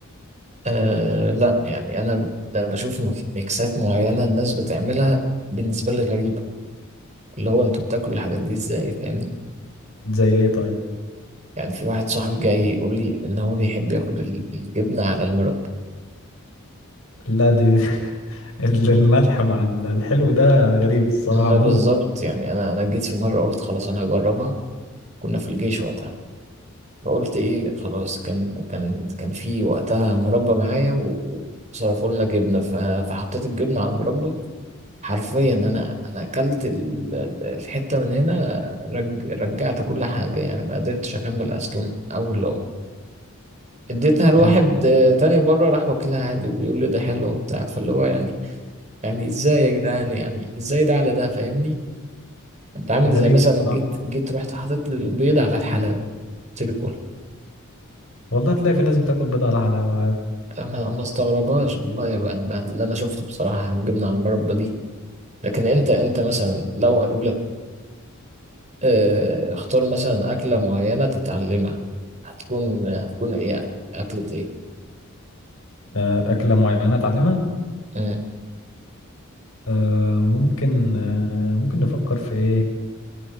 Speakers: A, on the right (about 35°); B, on the left (about 75°).
A: أه لا يعني أنا ده أنا بشوف مك- ميكسات معينة الناس بتعملها بالنسبة لي غريبة اللي هو أنتوا بتاكلوا الحاجات دي إزاي فاهمني
B: زي ايه طيب
A: يعني في واحد صاحبي جاي يقول لي إن هو بيحب ياكل ال- الجبنة على المربى
B: لا دي <laughs> ال- الملح مع ال- الحلو ده غريب الصراحه
A: ما
B: عموما
A: بالظبط يعني أنا أنا جيت في مرة قلت خلاص أنا هجربها كنا في الجيش وقتها فقلت ايه خلاص كان كان كان في وقتها مربى معايا و- وصرفوا لنا جبنه ف- فحطيت الجبنه على المربى حرفيا انا انا اكلت ال- ال- الحته من هنا رج رجعت كل حاجه يعني ما قدرتش اكمل اصلا اول لقمه اديتها لواحد
B: آه،
A: آه، تاني بره راح واكلها عادي وبيقول لي ده حلو وبتاع فاللي هو يعني يعني ازاي يا جدعان يعني ازاي ده على ده فاهمني انت عامل
B: غريب
A: زي مثلا
B: الصراحه
A: جيت جيت رحت حاطط لي البيض على الحلاوه قلت لي كل
B: والله تلاقي في ناس بتاكل بيض على حلاوه عادي.
A: ما ما استغربهاش والله يا بقى بعد اللي انا شفته بصراحه الجبنه على المربى دي لكن انت انت مثلا لو قالوا لك آه، اختار مثلا اكله معينه تتعلمها هتكون هتكون ايه اكله ايه
B: آه، اكله معينه اتعلمها
A: مم.
B: آه ممكن آه ممكن نفكر في ايه